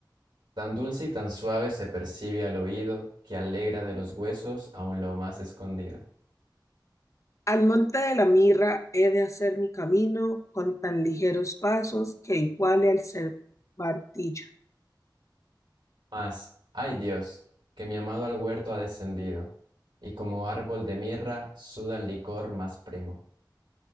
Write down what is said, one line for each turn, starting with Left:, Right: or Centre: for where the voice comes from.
Right: Tan dulce y tan suave se percibe al oído, que alegra de los huesos aun lo más escondido.
Left: Al monte de la mirra he de hacer mi camino con tan ligeros pasos que iguale al ser martillo.
Right: Mas, ay Dios, que mi amado al huerto ha descendido, y como árbol de mirra suda el licor más primo.